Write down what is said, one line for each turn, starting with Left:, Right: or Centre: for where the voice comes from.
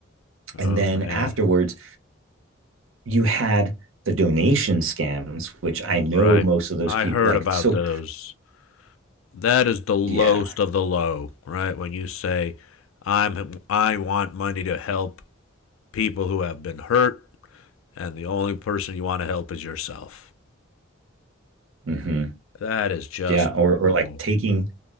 Left: Oh
Right: And then
Left: man.
Right: afterwards, you had the donation scams, which I know
Left: Right.
Right: most of those
Left: I
Right: people
Left: heard
Right: like.
Left: about
Right: So,
Left: those. That is the lowest
Right: yeah,
Left: of the low, right? When you say I'm I want money to help people who have been hurt, and the only person you want to help is yourself.
Right: hmm
Left: That is just
Right: yeah, or
Left: horrible.
Right: or like taking